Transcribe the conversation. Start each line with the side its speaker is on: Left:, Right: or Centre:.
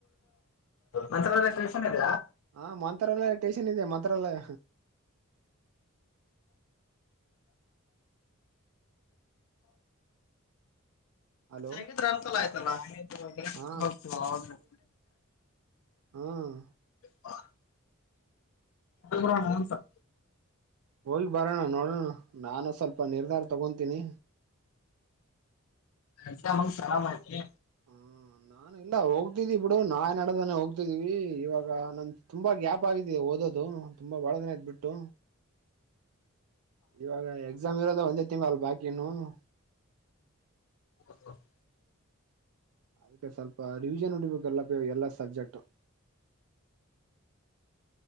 Left: ಮಂತ್ರಾಲಯಕ್ಕೆ ಟ್ಯಷನ್ ಇದೆಯಾ.
Right: ಹಾ ಮಂತ್ರಾಲಯ ಟೇಷನ್ ಇದೆ ಮಂತ್ರಾಲಯ. ಹಲೋ
Left: ಮ ಹಂಗಿದ್ರೆ ಅನ್ಂತಲ್ಲ ಆಯ್ತಲ್ಲ ಹ
Right: ಹಾ
Left: <inaudible>
Right: ಹ್ಮ
Left: ಹಾ ೂ ಸ <inaudible>
Right: ಹೋಲಿ ಬಾರಣ ನೋಡೋಣ ನಾನು ಸ್ವಲ್ಪ ನಿರ್ಧಾರ ತಗೊತೀನಿ.
Left: ಅಂತ ಮನ್ಸ ಆರಮಾಹತಿ.
Right: ಹ್ಮ ನಾನ ಇಲ್ಲ ಹೋಗ್ತಿದ್ದಿ ಬಿಡು ನಾ ನಡ್ದಾನೆ ಹೋಗ್ತಿದೀವಿ ಇವಾಗ ನ. ತುಂಬ ಗ್ಯಾಪ್ ಆಗಿದೆ ಓದೋದು ತುಂಬ ಭಾಳದಿನ ಅಯ್ತು ಬಿಟ್ಟು. ಇವಾಗ ಎಕ್ಸಾಮ್ ಇರೋದ ಒಂದೇ ತಿಂಗಳಲ್ಲ ಬಾಕಿ ಇರೋದು.
Left: ಹ <inaudible>
Right: ಅದಕ್ಕೆ ಸ್ವಲ್ಪ ರಿವಿಷನ್ ಒಡಿಬೇಕುಎಲ್ಲಾ, ಎಲ್ಲ ಸಬ್ಜೆಕ್ಟ್